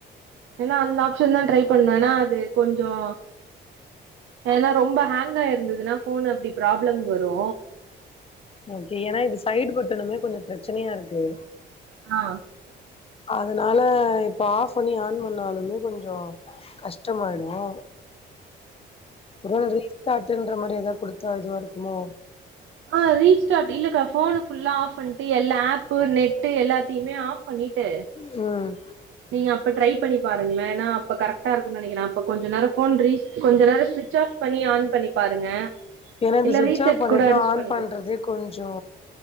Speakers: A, on the right; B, on the left.
A: ஏனா அந்த ஆப்ஷன்தான் ட்ரை பண்ண ஏனா அது கொஞ்சோ ஏனா ரொம்ப ஹேங்க் ஆயிருந்ததுன்னா ஃபோன் அப்டி ப்ராப்ளம் வரு
B: ஓகே ஏனா இது சைடு பட்டனுமே கொஞ்சோ பிரச்சனையா இருக்கு
A: ஆ
B: அதனால இப்ப ஆஃப் பண்ணி ஆன் பண்ணாலுமே கொஞ்சோ கஷ்டமாயிடுமோ ஒரு வேல ரீஸ்டார்ட்ன்ற மாரி ஏதா குடுத்தா இதுவா இருக்குமோ
A: ஆ ரீஸ்டார்ட் இல்லக்கா ஃபோன ஃபுல்லா ஆஃப் பண் ட்டு எல்லா ஆப்பு நெட்டு எல்லாத்தையுமே ஆஃப் பண்ணிட்டு
B: அ
A: நீங்க அப்ப ட்ரை பண்ணி பாருங்களேன் ஏனா அப்ப கரெக்டா இருக்குனு நெனைக்கிறன் அப்ப கொஞ்சோ நேரோ ஃபோன் ரீஸ் கொஞ்ச நேரோ ஸ்விச் ஆஃப் பண்ணி ஆன் பண்ணி பாருங்க
B: ஏனா இந்த
A: இல்ல
B: சுவிட்ச்
A: ரீசெட்
B: ஆஃப் பண்ணிட்டு
A: கூட அடிச்சு
B: ஆன்
A: பண்ணுங்க
B: பண்றதே கொஞ்சோ